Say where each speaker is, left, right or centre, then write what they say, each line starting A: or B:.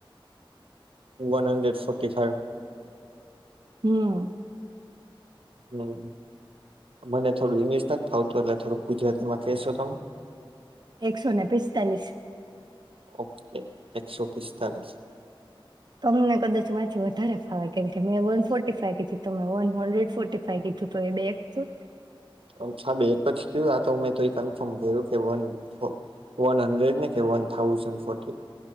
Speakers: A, on the right (about 85°); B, on the right (about 50°).
A: One hundred ફોકે થાય.
B: હમ.
A: હમ, મને થોડું ઈંગ્લિશ ના ફાવતું એટલે થોડું ગુજરાતી માં કહેશો તમે?
B: એકસો ને પિસ્તાલીસ.
A: ઓકે એકસો પિસ્તાલીસ.
B: તમને કદાચ માંથીી વધારે ફાવે કેમ કે મેં વન ફોર્ટી ફાઈ કધું તમે વન હંડ્રેડ ફોર્. કીધું તો એ બે એકું.
A: અચછા બે એક જ થયું આ તો મેં તો કન્ફર્મ કર્યું કે વન ફ વન હંડ્રેડ ને કે વન થાઉઝન્ડ ફોર્ છે.